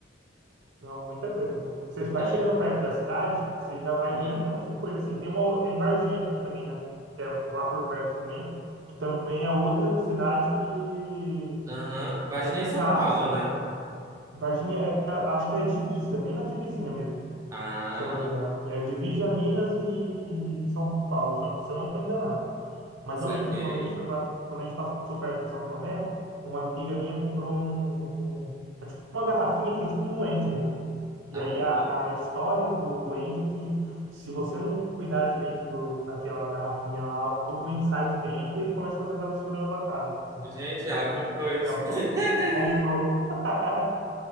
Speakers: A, on the right; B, on the right.
A: Não, muita coisa. Você vai
B: Tem
A: chegando
B: muito.
A: perto da cidade, você já vai
B: Hum?
A: vendo um monte de coisa assim. Tem uma, tem Varginha também, né? Que é lá por perto também, que também é outra cidade que,
B: Aham. Uhum. Varginha
A: que é bizarra
B: é São Paulo,
A: assim.
B: né?
A: Varginha é- é, acho que é divisa, bem na divisinha mesmo,
B: Ah,
A: se eu não me engano. É divisa Minas e, e São Paulo, se eu se eu não estou enganado. Mas
B: saquei.
A: eu lembro quando a gente foi pra, quando a gente passou perto de São Tomé, uma amiga minha comprou um, um- é tipo uma garrafinha que tem tipo um duende dentro. E
B: Ah,
A: aí a, a história do duende é que se você não cuidar direito do, daquela garrafinha lá, o duende sai de dentro e ele começa a fazer travessura na sua casa. assim.
B: gente, ela comprou
A: Então,
B: isso.
A: ela
B: <laughs>
A: <laughs> comprou. <laughs>